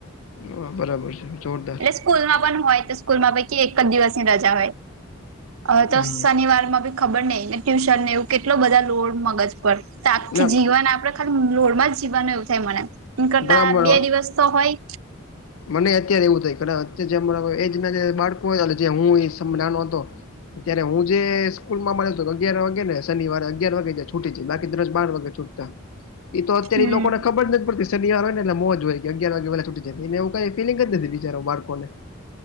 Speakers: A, on the left (about 75°); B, on the right (about 85°).
A: હ બરાબર છે જોરદાર
B: સ્કૂલમાં પણ હોય તો સ્કૂલ માં પૈહી કૈવી એક જ દિવસની રજા હોય તો
A: હમ
B: શનિવારમા ભી ખબર નહીં ને ટ્યુશન ને એવું કેટલો બધા લોડ મગજ પર તો આખી
A: ના
B: જીવન આપડે ખાલી લોરમાં જીવાનું એવું થાય મને, એમ કરતા
A: બરાબર
B: બે દિવસ તો હોય.
A: મને અત્યારે એવું થાય કારણ અત જે એજ ના જે બાળકો જે હું એ સમ નાનો હતો. અત્યારે હું જે સ્કૂલ માં મળ્યો હતો અગયાર વાગે ને શનવારે અગિયાર વાગે છૂટી જાય બાકી દરસ બાર વાગે છૂટતા.
B: <inaudible>
A: એ તો અત્યારે
B: હમ
A: એ લોકોને ખબર જ પડતી શનવાર હોય નેટલે મોજ હોય કે અગયાર વાગે પેલા છૂટી જાય. એને એવું કઈ ફિલિંગ જ નથી બિચારો બાળકો ને.